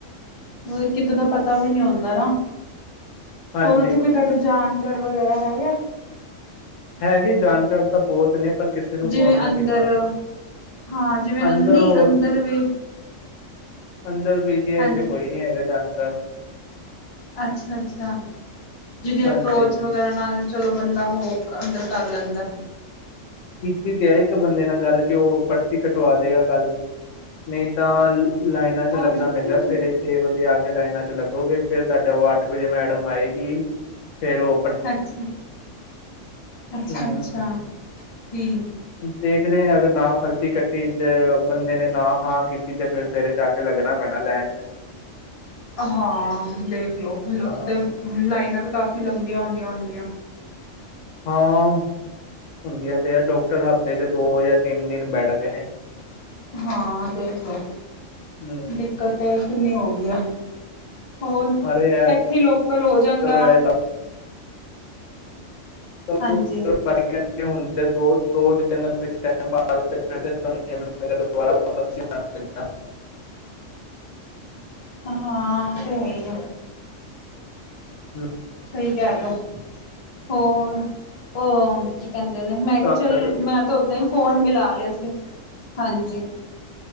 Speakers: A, on the left; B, on the left.
A: ਓ ਕਿਤੇ ਦਾ ਪਤਾ ਵੀ ਨੀ ਹੁੰਦਾ ਨਾ
B: ਹਾਂਜੀ
A: ਹੋਰ ਓਥੇ ਕੋਈ। ਤੁਹਾਡੇ ਜਾਨ ਕਰ ਵਗੈਰਾ ਹੈਗਾ?
B: ਹੈਗੇ ਜਾਣਕਾਰ ਤਾਂ ਬਹੁਤ ਨੇ ਪਰ ਨੂੰ
A: ਜਿਵੇਂ
B: ਫੋਨ ਨਹੀਂ
A: ਅੰਦਰ
B: ਕੀਤਾ
A: ਹਾਂ ਜਿਵੇਂ
B: ਅੰਦਰ
A: ਨਈ
B: ਹੋਰ
A: ਅੰਦਰ ਵੀ
B: ਅੰਦਰ ਪੀਜੀ ਆ
A: ਹਾਂਜੀ
B: ਤੇ ਕੋਈ ਨੀ ਹੈਗਾ ਜਾਣਕਾਰ
A: ਅੱਛਾ ਅੱਛਾ, ਜਿਹਦੀ
B: ਹਾਂਜੀ
A: ਅਪਰੋਚ ਵਗੈਰਾ ਨਾਲ ਚਲੋ ਬੰਦਾ ਹੋ ਅੰਦਰ ਕਰ ਲੈਂਦਾ
B: ਕੀਤੀ ਤੇ ਐ ਇੱਕ ਬੰਦੇ ਨਾਲ ਗੱਲ ਕਿ ਓ ਪਰਚੀ ਕਟਵਾ ਦੇਗਾ ਕੱਲ ਨਈ ਤਾਂ ਲਾਈਨਾਂ 'ਚ
A: ਔਨਲਾਈਨ
B: ਲੱਗਣਾ ਪੈਂਦਾ
A: ਨੀ ਹੁੰਦੇ
B: ਸਵੇਰੇ ਛੇ ਵਜੇ ਆ ਕੇ ਲਾਈਨਾਂ 'ਚ ਲੱਗੋਗੇ ਫੇਰ ਤੁਹਾਡਾ ਓ ਅੱਠ ਵਜੇ ਮੈਡਮ ਆਏਗੀ ਫੇਰ ਓ
A: ਅੱਛਾ, ਅੱਛਾ
B: ਹੂੰ
A: ਅੱਛਾ ਠੀ
B: ਦੇਖਦੇ ਆਂ ਅਗਰ ਨਾ ਪਰਚੀ ਕੱਟੀ ਤੇ ਬੰਦੇ ਨੇ ਨਾ ਹਾਂ ਕੀਤੀ ਤੇ ਫੇਰ ਸਵੇਰੇ ਜਾ ਕੇ ਲੱਗਣਾ ਪੈਣਾ ਲੈਣ 'ਚ
A: ਹਾਂ ਦੇਖ ਲਓਥ
B: ਹਾਂ
A: ਤੇ ਲਾਈਨਾਂ ਵੀ ਕਾਫ਼ੀ ਲੰਬੀਆਂ ਹੁੰਦੀਆਂ ਹੋਣਗੀਆਂ
B: ਹਾਂ ਹੁੰਦੀਆਂ ਤੇ ਹੈ ਡੋਕਟਰ ਹਫ਼ਤੇ 'ਚ ਦੋ ਜਾਂ ਤਿੰਨ ਦਿਨ ਬੈਠਦੇ ਨੇ
A: ਹਾਂ ਦੇਖ ਲੋ
B: ਹਮ
A: ਦਿੱਕਤ ਤੇ ਐ ਕਿੰਨੀ ਹੋ ਗੀ ਆ ਹੋਰ
B: ਅਰੇ ਯਾਰ
A: ਇੱਥੇ ਲੋਕਲ ਹੋ ਜਾਂਦਾ
B: ਚਲੋ ਇਹ ਚਲ
A: ਹਾਂਜੀ
B: ਹੁਨ ਦੋ ਦੋ ਦਿਨ <unintelligible> ਅਗਰ ਦੁਬਾਰਾ ਪਰਚੀ ਆਣ ਦਿੰਦਾ
A: ਹਾਂ ਓ ਤੇ ਹੈ ਹੀ ਆ।
B: ਹੂੰ।
A: ਸਈ ਕਹਿ ਰੇਅ ਓ। ਹੋਰ ਓ ਕੀ ਕਹਿੰਦੇ ਨੇ ਮੈਂ ਕੇਆ
B: ਤਾਂ
A: ਚੱਲ
B: ਕਰਕੇ
A: ਮੈਂ ਤਾਂ ਓਦਾਂ ਹੀ ਫੋਨ ਮਿਲਾ ਲਿਆ ਸੀ ਹਾਂਜੀ।